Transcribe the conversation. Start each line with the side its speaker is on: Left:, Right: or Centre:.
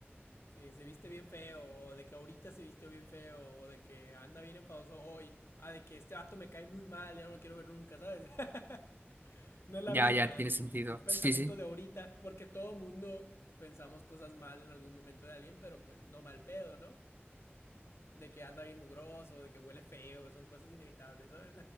Left: eh, se viste bien feo, o de que ahorita se vistió bien feo, o de que anda bien enfadoso hoy, a de que este vato me cae muy mal, ya no lo quiero ver nunca, ¿sabes? <laughs> no es la
Right: Ya,
Left: misma.
Right: ya, tiene sentido.
Left: Un pensamiento
Right: Sí, sí.
Left: de ahorita, porque todo mundo pensamos cosas mal en algún momento de alguien, pero pues no mal pedo, ¿no? De que anda bien mugroso, de que huele feo, son cosas inevitables, ¿sabes?